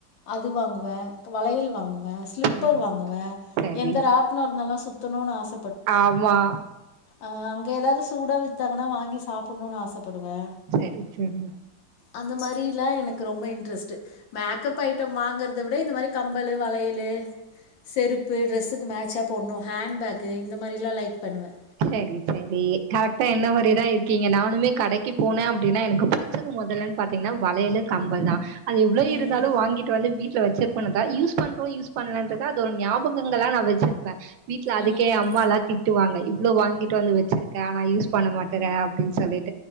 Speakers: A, on the left; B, on the right.
A: அது வாங்கு வ வளையல் வாங்கு வ ஸ்லிப்பர்
B: சரி
A: வாங்குவே
B: சரி
A: எந்த ராட் நல்லா சுத்தணுனு ஆச
B: ஆமா
A: ஆஹ அங்க ஏதாது சூட வித்தாங்கன்னா வாங்கி சாப்பபுடுணுனு ஆசப் படுவே
B: சரி சரி
A: அந்த மாரி ல எனக்கு ரொம்ப இன்ட்ரஸ்ட் மேக்கப் ஐட்டம் வாங்குறத் த விட இந்த மாரி கம்பலு வளையலு லே செருப்பு ட்ரெஸ்க் மேட்சாப் போட்னும் ஹேண்ட் பேக்கு இந்த மாரிலாம் லைக் பண்ணுவேன்
B: சரி சரி கரெக்டா என்ன மாரிதான் இருக்கீங்க நானுமே கடைக்கு போனேன் அப்டின்னா எனக்கு புடிச்சது முதல்லன்னு பாத்தீங்கன்னா வளையலு கம்பல் தான் அது எவ்வளோ
A: ம்
B: இருந்தாலும் வாங்கிட்டு வந்து வீட் <unintelligible> யூஸ் பண்றோம் யூஸ் பன்லண்ட்ரது அது ஒரு ஞாபகங்களா நான் வச்சிருப் வீட்ல அதுக்கே
A: ம்
B: அம்மாலா திட்டுவாங்க இவ்ளோ வாங்கிட்டு வந்து வச்சிருக்க ஆனா யூஸ் பண்ண மாட்டுற அப்டின்னு சொல்லிட்